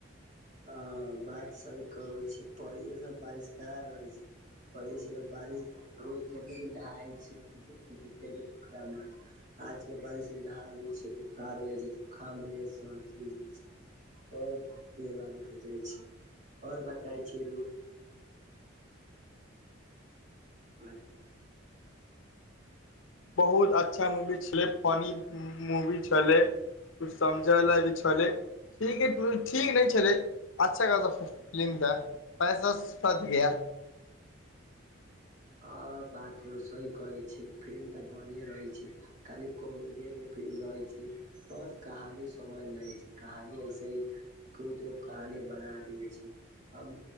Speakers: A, on the right; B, on the left.
A: हँ बात सही कहै छै पहिले सब बारिश कह रहै पहिले सँ तऽ <unintelligible> आजके बारिशमे नहा लैय छै बोखार हो जाइ छै जुकाम हो जाइ छै सर्दी हो जाइ छै बहुत बीमारी हो जाइ छै आओर बताई छै <unintelligible>
B: बहुत अच्छा मूवी छलै फनी मूवी छलै कुछ समझै लाइग छलै ठीक ठीक नहि छलै अच्छा खासा फिलिम दए पैसा सध गया
A: हँ बात यो सही कहै छी फिल्म तऽ बढ़िया रहै छै खाली कमेडियन केँ फिलिम रहै छै बस कहानी समझ नइ आबैय छै कहानी ऐसे ही कोनो तरहे कहानी बना देे छी हम